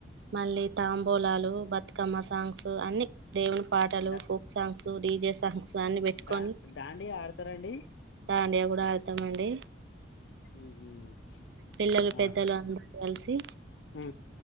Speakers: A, on the right; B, on the left.
A: మళ్ళీ తాంబూలాలు బతుకమ్మ సాంగ్స్ అన్ని దేవుని పాటలు
B: the
A: folk songs DJ songs అన్ని పెట్టుకొని
B: దా దాండియా ఆడతారాండి
A: దాండియా కూడా ఆడతామండి
B: ఉహు
A: పిల్లలు పెద్దలు
B: ఆ
A: అందరు కలిసి
B: ఉ